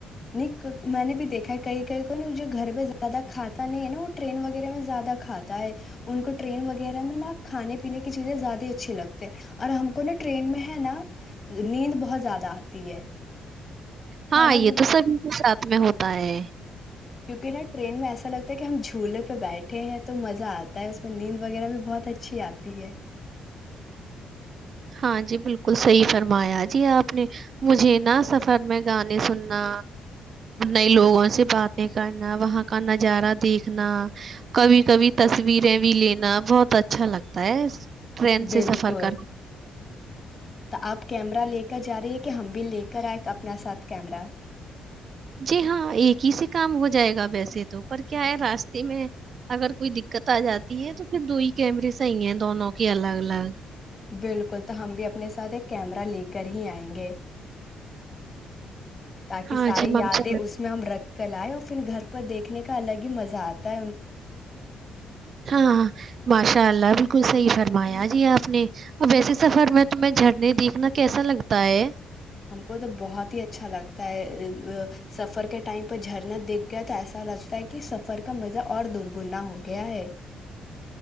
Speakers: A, on the left (about 35°); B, on the right (about 55°).
A: نہیں میں نے بھی دیکھا ہے کئی کئی کو نا جو گھر پہ زیادہ کھاتا نہیں ہے نا وہ ٹرین وغیرہ میں زیادہ کھاتا ہے ان کو ٹرین وغیرہ میں نا کھانے پینے کی چیزیں زیادہ اچھی لگتے ہیں اور ہم کو نا ٹرین میں ہے نا نیند بہت زیادہ آتی ہے
B: ہاں
A: کھانا
B: آئیے
A: بھی
B: تو سبھی کے سھ میں ہوتا تائیں
A: کیونکہ نا ٹرین میں ایسا لگتا ہے کہ ہم جھولے پہ بیٹھے ہیں تو مزہ آتا ہے اس میں نیند وغیرہ بھی بہت اچھی آتی ہے
B: ہاں جی بالکل صحیح فرمایا جی آپ نے مجھے نا سفر میں گانے سننا نئے لوگوں سے باتیں کرنا وہاں کا نظارہ دیکھنا کبھی کبھی تصویریں بھی لینا بہت اچھا لگتا ہے ٹرین
A: بالکل
B: سے سفر کر
A: تو آپ کیمرا لے کر جا رہے یہ کہ ہم بھی لے کر آئے اپنا ساتھ کیمرا
B: جی ہاں ایک ہی سے کام ہو جائے گا ویسے تو پر کیا ہے راستے میں اگر کوئی دقت آ جاتی ہے تو پھر دو ہی کیمرے صحیح ہیں دونوں کے الگ الگ
A: بالکل تو ہم بھی اپنے ساتھ ایک کیمرہ لے کر ہی آئیں گے تاکہ
B: ہاں
A: ساری
B: جی ماشاء
A: یادیں اس میں ہم رکھ کر لائےیں اور انھر گھر پر دیکھنے کا الگ ہی مزہ آتا ہے ان
B: ہاں ماشاء اللہ بالکل صحیح فرمایا جی آپ نے ا ویسے سفر میں تمہیں جھرنے دیکھنا کیسا لگتا ہے
A: ہم کو تو بہت ہی اچھا لگتا ہے سفر کے ٹائم پہ جھرنا دیکھ گیا تو ایسا لگتا ہے کہ سفر کا مزہ اور درگنا ہو گیا ہے